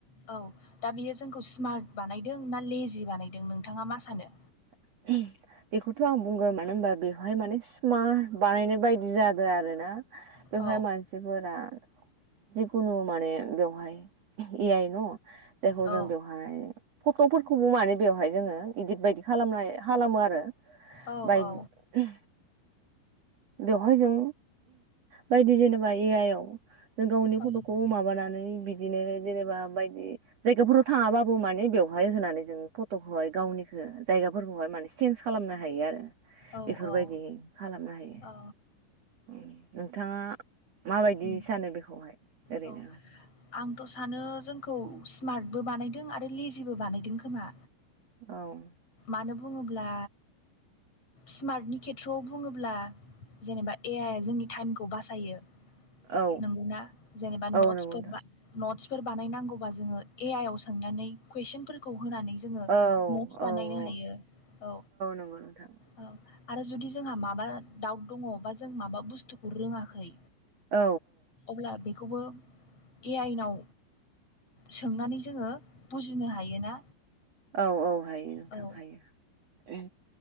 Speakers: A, on the left; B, on the right.
A: औ दा बियो जोंखौ स्मार्ट बानायदों ना लेजि बानायदों नोंथाङा मा सानो
B: <unintelligible> बेखौथ' आं बुंगोन मानो होनबा बेवहाय माने स्मा बानायनाय बायदि जादों आरो ना बेवहाय
A: औ
B: मानसिफोरा जिखुनु माने बेवहाय ए आइ न जायखौ
A: औ
B: जों बेवहाय फट'फोरखौबो माने बेवहाय जोङो इदित बायदि खालामनाय खालामो आरो
A: औ
B: बायदि
A: औ
B: बेवहाय जों बायदि जेनेबा ए आइ आव जों गावनि
A: औ
B: फट'खौ माबानानै बिदिनो जेनेबा बायदि जायगाफोराव थाङाबो माने बेवहाय होनानै जों फट'खौहाय गावनिखो जायगा फोरबोहाय माने सेन्स खालामनो हायो आरो
A: औ
B: बेफोरबायदि
A: औ
B: खालामनो हायो
A: औ
B: उम नोंथाङा माबायदि
A: उम
B: सानो बेखौहाय ओरैनो
A: औ आंथ' सानो जोंखौ स्मार्टबो बानायदों आरो लेजिबो बानायदों खोमा
B: औ
A: मानो बुङोब्ला स्मार्टनि खेथ्र'आव बुङोब्ला जेनेबा ए आइ जोंनि टाइमखौ बासायो
B: औ
A: नंगौना जेनेबा
B: औ
A: नटसफोरबा
B: नंगौ नोंथां
A: नटस फोर बानायनांगौबा जोङो ए आइ आव सोंनानै कुइसनफोरखौ होनानै जोङो
B: औ
A: नटस
B: औ
A: बानायनो
B: औ
A: हायो औ
B: नंगौ नोंथां
A: औ आरो जुदि जोंहा माबा दाउट दङ' बा जों माबा बुस्थुखौ रोङाखै
B: औ
A: अब्ला बेखौबो ए आइनाव सोंनानै जोङो बुजिनो हायोना
B: औ औ हायो नोंथां
A: औ
B: हायो